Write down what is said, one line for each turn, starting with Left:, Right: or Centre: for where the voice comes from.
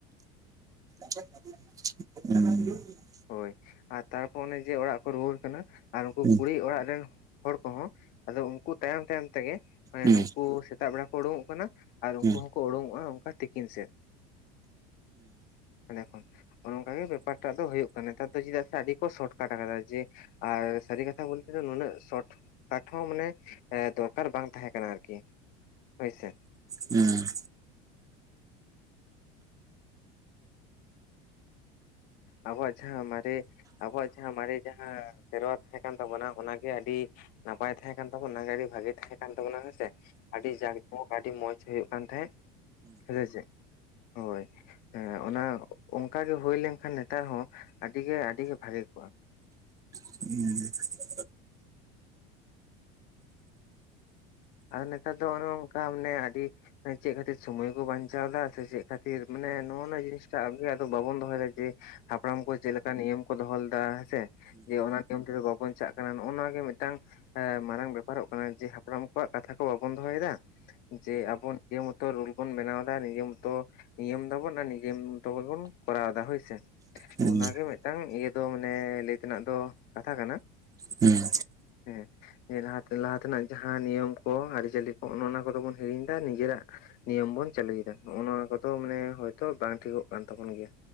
Right: <inaudible> ᱦᱩᱸ
Left: ᱦᱳᱭ, ᱟᱨ ᱛᱟᱨᱯᱚᱨ ᱚᱱᱮ ᱡᱮ ᱚᱲᱟᱜ ᱠᱚ ᱨᱩᱣᱟᱹᱲ ᱠᱟᱱᱟ, ᱟᱨ ᱩᱱᱠᱩ
Right: ᱦᱩᱸ
Left: ᱠᱩᱲᱤ
Right: ᱦᱩᱸ
Left: ᱚᱲᱟᱜ ᱨᱮᱱ ᱦᱚᱲ ᱠᱚᱦᱚᱸ ᱟᱫᱚ ᱩᱱᱠᱩ ᱛᱟᱭᱚᱢ ᱛᱟᱭᱚᱢ ᱛᱮᱜᱮ ᱢᱟᱱᱮ
Right: ᱦᱩᱸ
Left: ᱱᱩᱠᱩ ᱥᱮᱛᱟᱜ ᱵᱮᱲᱟ ᱠᱚ ᱩᱰᱩᱝᱚᱜ ᱠᱟᱱᱟ, ᱟᱨ ᱩᱝᱠᱩ
Right: ᱦᱩᱸ ᱦᱩᱸ ᱦᱩᱸ ᱦᱩᱸ ᱦᱩᱸ ᱦᱩᱸ ᱦᱩᱸ
Left: ᱦᱚᱸᱠᱚ ᱩᱰᱩᱝᱚᱜᱼᱟ ᱚᱱᱠᱟ ᱛᱤᱠᱤᱱ ᱥᱮᱫ᱾ ᱚᱸᱰᱮ ᱠᱷᱚᱱ ᱜᱮ, ᱚᱱᱠᱟᱜ ᱜᱮ ᱵᱮᱯᱟᱨ ᱴᱟᱜ ᱫᱚ ᱦᱩᱭᱩᱜ ᱱᱮᱛᱟᱨ ᱫᱚ ᱪᱮᱫᱟᱜ ᱥᱮ ᱟᱹᱰᱤ ᱠᱚ ᱥᱚᱨᱚᱴ ᱠᱟᱴ ᱟᱠᱟᱫᱟ᱾ ᱡᱮ ᱟᱨ ᱥᱟᱹᱨᱤ ᱠᱟᱛᱷᱟ ᱵᱚᱞᱛᱮ ᱱᱩᱱᱟᱹᱜ ᱥᱚᱨᱴ ᱠᱟᱴᱷ ᱦᱚᱸ ᱢᱟᱱᱮ ᱮᱸ ᱫᱚᱨᱠᱟᱨ ᱵᱟᱝ ᱛᱟᱦᱮᱸ ᱠᱟᱱᱟ ᱟᱨᱠᱤ ᱦᱳᱭᱥᱮ᱾
Right: ᱦᱩᱸ᱾
Left: ᱟᱵᱚᱣᱟᱜ ᱡᱟᱦᱟᱸ ᱢᱟᱨᱮ ᱟᱵᱚᱣᱟᱜ ᱡᱟᱦᱟᱸ ᱢᱟᱨᱮ ᱡᱟᱦᱟᱸ ᱥᱮᱨᱣᱟ ᱛᱟᱦᱮᱸ ᱠᱟᱱ ᱛᱟᱵᱚᱱᱟ ᱚᱱᱟᱜᱮ ᱟᱹᱰᱤ ᱱᱟᱯᱟᱭ ᱛᱟᱦᱮᱸ ᱠᱟᱱ ᱛᱟᱵᱚᱱᱟ᱾ ᱠᱟᱹᱰᱤ ᱵᱷᱟᱜᱤ ᱛᱟᱦᱮᱸ ᱠᱟᱱ ᱛᱟᱵᱚᱱᱟ ᱦᱮᱸᱥᱮ᱾ ᱟᱹᱰᱤ ᱡᱟᱸᱠ ᱡᱚᱢᱚᱠ ᱟᱹᱰᱤ ᱢᱚᱸᱡᱽ ᱦᱳᱭᱳᱜ ᱠᱟᱱ ᱛᱟᱦᱮᱸᱜ᱾ ᱦᱮᱸ ᱥᱮᱪᱮᱜ? ᱦᱳᱭ, ᱦᱮᱸ ᱚᱱᱟ ᱚᱝᱠᱟ ᱜᱮ ᱦᱩᱭ ᱞᱮᱱ ᱠᱷᱟᱱ ᱛᱟᱨ ᱦᱚᱸ ᱟᱹᱰᱤ ᱜᱮ ᱟᱹᱰᱤ ᱜᱮ ᱵᱷᱟᱜᱤ ᱠᱚᱜᱼᱟ᱾
Right: <inaudible>
Left: ᱟᱨ ᱱᱮᱛᱟᱨ ᱫᱚ ᱚᱱᱮ ᱚᱝᱠᱟ ᱢᱟᱱᱮ ᱟᱹᱰᱤ ᱪᱮᱫ ᱠᱷᱟᱹᱛᱤᱨ ᱥᱚᱢᱚᱭ ᱠᱚ ᱵᱟᱧᱪᱟᱣ ᱫᱟ ᱥᱮ ᱪᱮᱫ ᱠᱷᱟᱹᱛᱤᱨ ᱢᱟᱱᱮ ᱱᱚᱜᱼ ᱱᱚᱣᱟ ᱡᱤᱱᱤᱥᱴᱟᱜ ᱜᱮ ᱟᱵᱚ ᱵᱟᱵᱚᱱ ᱫᱚᱦᱚᱭᱮᱫᱟ ᱡᱮ ᱦᱟᱯᱲᱟᱢ ᱠᱚ ᱪᱮᱫ ᱞᱮᱠᱟ ᱱᱤᱭᱚᱢ ᱠᱚ ᱫᱚᱦᱚ ᱞᱮᱫᱟ ᱦᱮᱸᱥᱮ᱾ ᱡᱮ ᱚᱱᱟ ᱱᱤᱭᱚᱢ ᱛᱮᱫᱚ ᱵᱟᱵᱚᱱ ᱪᱟᱜ ᱠᱟᱱᱟ, ᱱᱚᱜ ᱚ ᱱᱚᱣᱟ ᱜᱮ ᱢᱤᱫᱴᱟᱝ ᱮ ᱢᱟᱨᱟᱝ ᱵᱮᱯᱟᱨᱚᱜ ᱠᱟᱱᱟ ᱡᱮ ᱦᱟᱯᱲᱟᱢ ᱠᱚᱣᱟᱜ ᱠᱟᱛᱷᱟ ᱠᱚ ᱵᱟᱵᱚᱱ ᱫᱚᱦᱚᱭᱮᱫᱟ, ᱡᱮ ᱟᱵᱚ ᱱᱤᱭᱟᱹ ᱢᱚᱛᱚ ᱨᱩᱞ ᱵᱚᱱ ᱵᱮᱱᱟᱣ ᱮᱫᱟ ᱱᱤᱭᱟᱹ ᱢᱚᱛᱚ ᱱᱤᱭᱚᱢ ᱫᱟᱵᱚᱱ ᱟᱨ ᱱᱤᱡᱮᱢ ᱛᱚ ᱵᱚᱱ ᱠᱚᱨᱟᱣ ᱫᱟ ᱦᱳᱭᱥᱮ᱾
Right: ᱦᱩᱸ
Left: ᱚᱱᱟᱜᱮ ᱢᱤᱫᱴᱟᱝ ᱤᱭᱟᱹ ᱫᱚ ᱢᱟᱱᱮ ᱞᱟᱹᱭ ᱛᱮᱱᱟᱜ ᱫᱚ ᱠᱟᱛᱷᱟ ᱠᱟᱱᱟ᱾
Right: ᱦᱩᱸ
Left: ᱦᱮᱸ, ᱱᱤᱭᱟᱹ ᱞᱟᱦᱟᱛᱮ ᱞᱟᱦᱟ ᱛᱮᱱᱟᱜ ᱡᱟᱦᱟᱸ ᱱᱤᱭᱚᱢ ᱠᱚ ᱟᱹᱨᱤᱪᱟᱹᱞᱤ ᱠᱚ ᱚᱱᱮ ᱚᱱᱟ ᱠᱚᱫᱚ ᱵᱚᱱ ᱦᱤᱲᱤᱧ ᱫᱟ᱾ ᱱᱤᱡᱮᱨᱟᱜ ᱱᱤᱭᱚᱢ ᱵᱚᱱ ᱪᱟᱹᱞᱩᱭᱫᱟ ᱱᱚᱜ-ᱚ ᱱᱚᱣᱟ ᱠᱚᱫᱚ ᱢᱟᱱᱮ ᱦᱚᱭᱛᱚ ᱵᱟᱝ ᱴᱷᱤᱠᱚᱜ ᱠᱟᱱ ᱛᱟᱵᱚᱱ ᱜᱮᱭᱟ᱾